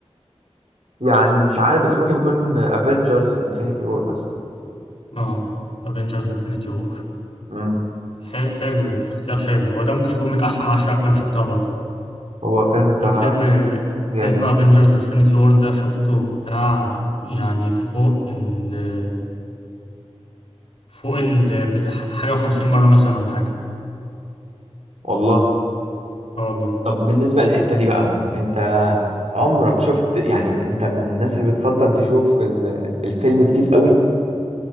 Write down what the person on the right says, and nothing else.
يعني مش عارف بس ممكن يكون افنجرز انفينيتي وور مثلا
مم،
هو فيلم الصراحة
جامد
والله
طب بالنسبة للحتة دي بقى انت عمرك شفت يعني انت من الناس اللي بتفضل تشوف ال- الفيلم كتير قوي